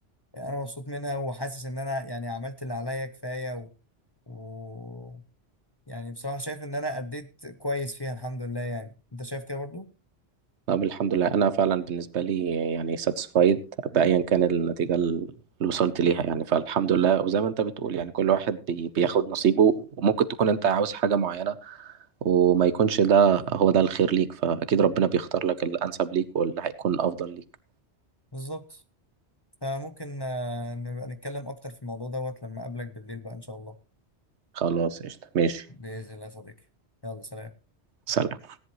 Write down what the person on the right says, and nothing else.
طب الحمد لله انا فعلا بالنسبه لي يعني ساتسفايد بايا كان النتيجه اللي وصلت ليها يعني فالحمد لله وزي ما انت بتقول يعني كل واحد بي بياخد نصيبه وممكن تكون انت عاوز حاجه معينه وما يكونش ده هو ده الخير ليك فاكيد ربنا بيختار لك الانسب ليك واللي هيكون افضل ليك
خلاص قشطه ماشي
سلام